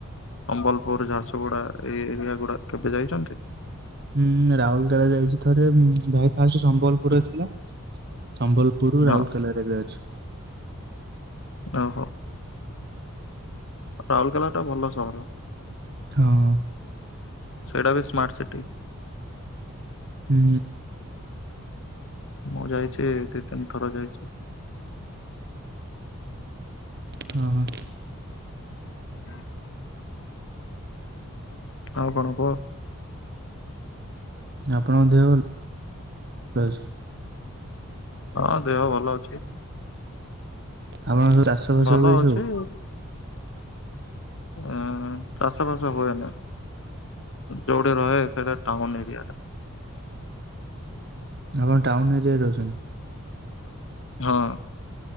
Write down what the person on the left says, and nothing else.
ସମ୍ବଲପୁର, ଝାରସୁଗୁଡା ଏଇ ଏରିଆ ଗୁଡା କେବେ ଯାଇଛନ୍ତି?
ହଁ
ଓହୋ। ରାଉରକେଲା ଟା ଭଲ ସହର।
ସେଇଟା ବି ସ୍ମାର୍ଟ ସିଟି।
ମୁଁ ଯାଇଛି ଦି ତିନି ଥର ଯାଇଛି।
ହୁଁ। ଆଉ କଣ କୁହ?
ହଁ ଦେହ ଭଲ ଅଛି।
ଭଲ
ଅଛି।
ଅ-ଅ-ଅ ଚାଷ ଫାସ ହୁଏନି ଯୋଉଠି ରହେ ସେଇଟା ଟାଉନ ଏରିଆ ଟା।
ହଁ।